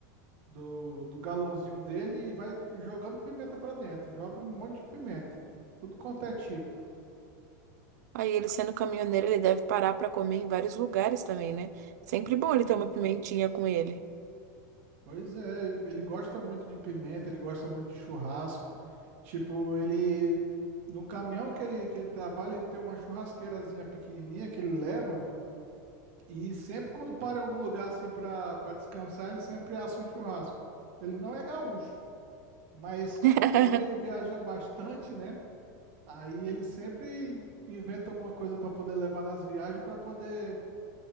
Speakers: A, on the right; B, on the right.
A: do, do galãozinho dele e vai jogando pimenta pra dentro. Joga um monte de pimenta. Tudo quanto é tipo.
B: Aí ele sendo caminhoneiro, ele deve parar pra comer em vários lugares também, né? Sempre bom ele
A: Pois,
B: ter uma pimentinha com ele.
A: pois é, ele gosta muito de pimenta, ele gosta muito de churrasco. Tipo, ele. No caminhão que ele, que ele trabalha, ele tem uma churrasqueirazinha pequenininha que ele leva. E sempre quando para em algum lugar assim pra, pra descansar, ele sempre assa um churrasco. Ele não é gaúcho, mas
B: <laughs>
A: como ele viaja bastante, né? Aí ele sempre inventa alguma coisa para poder levar nas viagens para poder